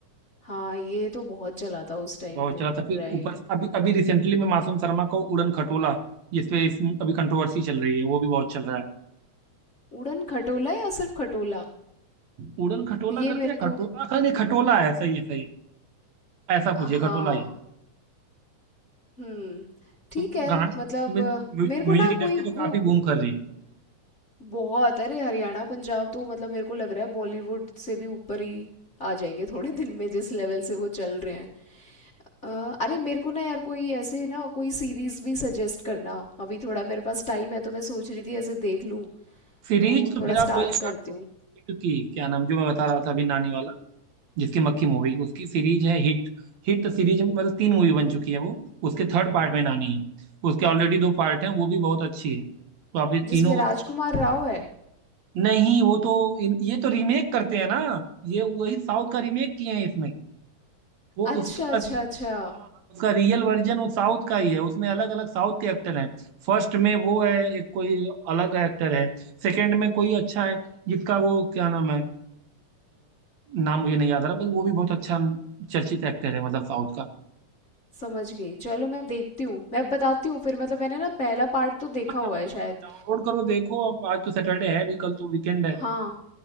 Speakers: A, on the left; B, on the right.
A: हाँ ये तो बहुत चला था उस टाइम
B: बहुत
A: पे
B: चला था फिर
A: राइट
B: ऊपर से अभी अभी रिसेंटली में मासूम शर्मा को उड़न खटोला जिसपे इस, अभी कंट्रोवर्सी चल रही है वो भी बहुत चल रहा है
A: उड़न खटोला या सिर्फ खटोला
B: उड़न खटोला
A: ये
B: करके
A: मेरे
B: खटोला
A: को
B: हाँ, नहीं खटोला है सही है सही है ऐसा
A: हाँ
B: कुछ है खटोला ही है।
A: हम्म ठीक
B: तो
A: है
B: गान
A: मतलब
B: म्यू-
A: अ,
B: म्यू-
A: मेरे को
B: म्यूजिक
A: ना
B: इंडस्ट्री
A: कोई वो
B: तो काफी बूम कर रही है
A: बहुत अरे हरियाणा पंजाब तो मतलब मेरे को लग रहा है बॉलीवुड से भी ऊपर ही आ जाएंगे थोड़े दिन में जिस लेवल से वो चल रहे हैं अ, अरे मेरे को ना यार कोई ऐसे ना कोई सीरीज भी सजेस्ट करना अभी थोड़ा मेरे पास टाइम है तो मैं सोच रही थी ऐसे देख लूं
B: सीरीज
A: तो
B: तो
A: थोड़ा
B: फिर आप
A: स्टार्ट
B: वही स्टार्ट
A: करती
B: करो
A: हूँ
B: ना हिट की क्या नाम जो मैं बता रहा था अभी नानी वाला जिसकी मक्खी मूवी उसकी सीरीज है हिट हिट सीरीज मतलब तीन मूवी बन चुकी है वो उसके थर्ड पार्ट में नानी है उसके ऑलरेडी दो पार्ट हैं वो भी बहुत अच्छी है तो आप ये
A: जिसमें
B: तीनों
A: राजकुमार राव है
B: नहीं वो तो इन- ये तो रीमेक करते हैं ना ये वही साउथ का रीमेक किए हैं इसमें वो
A: अच्छा
B: उसका
A: अच्छा
B: री,
A: अच्छा
B: उसका रियल वर्जन वो साउथ का ही है उसमें अलग अलग साउथ के एक्टर हैं फर्स्ट में वो है एक कोई अलग एक्टर है सेकंड में कोई अच्छा है जिसका वो क्या नाम है अ, नाम मुझे नहीं याद आ रहा बट वो भी बहुत अच्छा चर्चित एक्टर है मतलब साउथ का
A: समझ गई चलो मैं देखती हूँ मैं बताती हूँ फिर मतलब मैंने ना पहला पार्ट तो देखा
B: हाँ
A: हुआ
B: हाँ
A: है
B: डाउन-
A: शायद
B: डाउनलोड करो देखो अब आज तो सैटरडे है भी कल तो वीकेंड है
A: हाँ